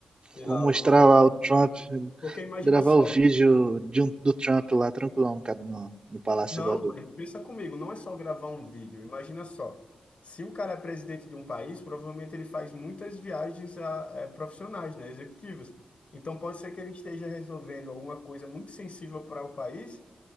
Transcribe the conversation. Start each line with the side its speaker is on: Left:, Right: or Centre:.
Left: Sei
Right: Vou
Left: lá,
Right: mostrar
Left: alguma informação
Right: lá o Trump,
Left: importante. Porque imagina
Right: gravar
Left: só.
Right: o vídeo de um- do Trump lá, tranquilão, cara, no, no Palácio
Left: Não,
Right: Voador.
Left: mas pensa comigo, não é só gravar um vídeo. Imagina só, se o cara é presidente de um país, provavelmente ele faz muitas viagens a- eh, profissionais, né, executivas. Então pode ser que ele esteja resolvendo alguma coisa muito sensível para o país